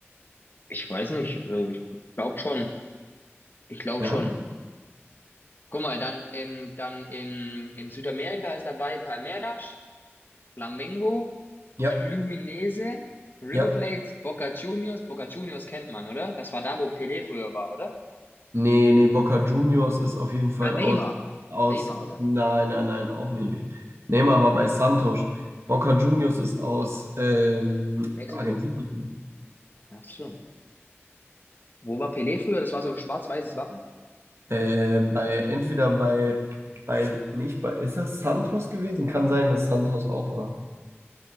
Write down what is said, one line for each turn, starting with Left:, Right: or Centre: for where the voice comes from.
Left: Ich weiß nicht, also ich glaube schon. Ich glaube
Right: ja,
Left: schon. Guck mal, dann, ähm, dann in, in Südamerika ist dabei Palmeiras, Flamengo,
Right: ja,
Left: Fluminense, River
Right: ja.
Left: Plate, Boca Juniors. Boca Juniors kennt man, oder? Das war da, wo Pelé früher war, oder?
Right: Nee, nee, Boca Juniors ist auf jeden Fall
Left: Ah, Neymar.
Right: aus, aus,
Left: Neymar, oder?
Right: nein, nein, nein, auch nicht. Neymar war bei Santos. Boca Juniors ist aus ähm,
Left: Mexiko.
Right: Argentinien.
Left: Ach so. Wo war Pelé früher? Das war so ein schwarz-weißes Wappen.
Right: Äh, bei, entweder bei, bei, nicht bei, ist das Santos gewesen? Kann sein, dass Santos auch war.